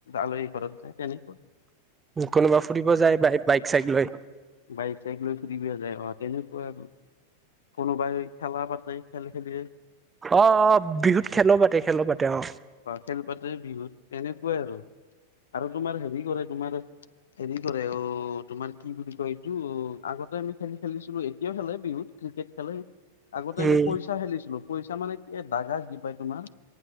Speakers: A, on the left; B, on the right.
A: আলহী ঘৰত। তেনেকৈ
B: কোনোবা ফুৰিব যায় বাই বাইক চাইক লৈ
A: বাইক চাইক লৈ ফুৰিব যায় অ তেনেকুৱা আৰু কোনোবাই খেলা পাতে খেল খেলি
B: অ আহ বিহুত খেলো পাতে খেলো পাতে অ
A: খেল পাতে বিহুত তেনেকুৱাই আৰু আৰু তোমাৰ হেৰি কৰে তোমাৰ হেৰি কৰে অ তোমাৰ কি বুলি কয় এইটো আগতে আমি খেলি খেলিছিলো এতিয়াও খেলে বিহুত। ক্ৰিকেট খেলে আগতে
B: উম
A: আমি পইচা খেলিছিলো। পইচা মানে কি দাগা দি পাই তোমাৰ